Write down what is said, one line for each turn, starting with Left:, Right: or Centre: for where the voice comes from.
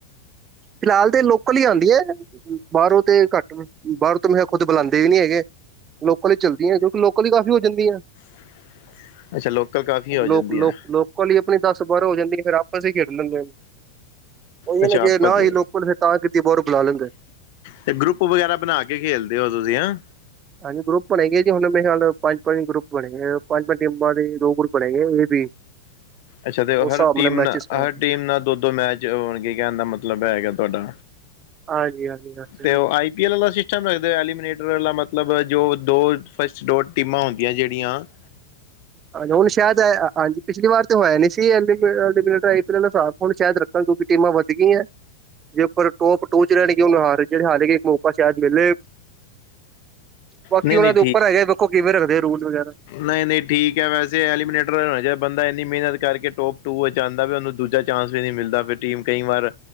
Right: ਫਿਲਹਾਲ ਤੇ ਲੋਕਲ ਈ ਆਂਦੀਐ। ਬਾਰੋ ਤੇ ਘੱਟ ਬਾਹਰੋ ਤੇ ਮੈਂ ਖੁਦ ਬਲਾਂਦੇ ਨੀ ਹੈਗੇ। ਲੋਕਲ ਈ ਚਲਦੀਐ ਕਿਉਂਕਿ ਲੋਕਲ ਈ ਕਾਫ਼ੀ ਹੋ ਜਾਂਦੀਐ।
Left: <inaudible> ਕਾਫੀ ਹੋ ਜਾਂਦੀਆਂ
Right: ਲੋਕ-ਲੋਕ ਲੋਕਲ ਈ ਆਪਣੀ ਦਸ ਬਾਰਾਂ ਹੋ ਜਾਂਦੀਐ ਫੇਰ ਆਪਸ ਚ ਈ ਖੇਡ ਲੈਂਦੇ। ਓਇਓ
Left: ਅੱਛਾ
Right: ਨਾ
Left: ਆਪਸ
Right: ਜੇ ਨਾ ਹੋਏ ਲੋਕਲ ਫੇਰ ਤਾਂ ਕੀਤੀ ਬਾਰੋਂ ਬਲਾ ਲੈਂਦੇ।
Left: ਤੇ ਗਰੁੱਪ ਵਗੈਰਾ ਬਣਾ ਕੇ ਖੇਲਦੇ ਓ ਤੁਸੀ ਹ?
Right: ਹਾਂਜੀ ਗਰੁੱਪ ਬਣੇਗੇ ਜੀ ਹੁਣ ਮੇਰੇ ਖਿਆਲ ਪੰਜ-ਪੰਜ ਗਰੁੱਪ ਬਣੇਗੇ ਪੰਜ-ਪੰਜ ਟੀਮਾਂ ਦੇ ਦੋ ਗਰੁੱਪ ਬਣੇ ਗੇ ਮੇ ਬੀ।
Left: ਅੱਛਾ ਤੇ ਓ
Right: ਉਸ
Left: ਹਰ
Right: ਹਿਸਾਬ
Left: ਟੀਮ
Right: ਨਾਲ
Left: ਨਾਲ-ਹਰ
Right: ਮੈਚਿਸ ਕਰਾਂਗੇ,
Left: ਟੀਮ ਨਾਲ ਦੋ-ਦੋ ਮੈਚ ਹੋਣਗੇ ਕਹਿਣ ਦਾ ਮਤਲਬ ਐ ਹੈਗੇ ਤੁਆਡਾ
Right: ਹਾਂਜੀ-ਹਾਂਜੀ, ਹਾਂਜੀ।
Left: ਤੇ
Right: ਹਾਂਜੀ
Left: ਉਹ ਆਈ ਪੀ ਐਲ ਅਲਾ ਸਿਸਟਮ ਰਖਦੇ ਐਲੀਮੀਨੇਟਰ ਅਲਾ ਮਤਲਬ ਜੋ ਦੋ ਫਸ ਟੋ ਟੀਮਾਂ ਹੁੰਦੀਆ ਜੇੜੀਆਂ? <inaudible>
Right: ਅੱਜ ਓ ਨੀ ਸ਼ੈਦ ਆਇਆ ਅੱਜ ਪਿਛਲੀ ਵਾਰ ਤਾਂ ਓਹ ਆਇਆ ਨੀ ਸੀ <unintelligible> ਦੋ ਕ ਟੀਮਾਂ ਵੱਧ ਗਈਐ। ਜੇ ਉੱਪਰ ਟੋਪ ਟੂ ਚ ਰੇਣਗੇ ਉਹ ਨਾ ਹਾਰ ਜੇੜੇ ਹਾਰਗੇ ਏਕ ਮੌਕਾ ਸ਼ੈਦ ਮਿਲੇ। ਬਾਕੀ
Left: ਨਹੀਂ
Right: ਉਨਾਂ
Left: ਨਹੀਂ
Right: ਦੇ ਉੱਪਰ ਹੈਗੇ ਵੇਖੋ ਕਿਵੇਂ ਰੱਖਦੇ ਰੂਲਸ ਵਗੈਰਾ।
Left: ਨਈ ਨੀ ਠੀਕ ਐ ਵੈਸੇ ਐਲੀਮੀਨੇਟਰ ਹੋਣਾ ਚਾਈਦਾ ਬੰਦਾ ਏਨੀ ਮੇਨਤ ਕਰਕੇ ਟੋਪ ਟੂ ਵੇਚ ਚ ਆਂਦਾ ਪਿਆ ਦੂਜਾ ਚਾਂਸ ਵੀ ਨੀ ਮਿਲਦਾ ਫੇਰ ਟੀਮ ਕਈ ਵਾਰ